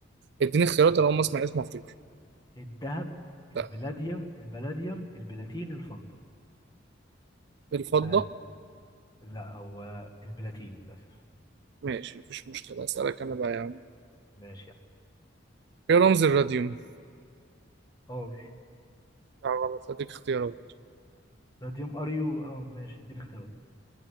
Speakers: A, on the right; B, on the left.
A: اديني اختيارات انا اول ما اسمع اسمه افتكر
B: الذهب البلاديوم
A: لا
B: البلاديوم البلاتين الفضة
A: بالفضة
B: آه لا هو البلاتين للأسف
A: ماشي مفيش مشكلة أسألك أنا بقى يا عم
B: ماشي يعني
A: إيه رمز الراديوم؟
B: ار
A: لا غلط هديك اختيارات
B: راديوم ار يو اه ماشي اديني اختيارات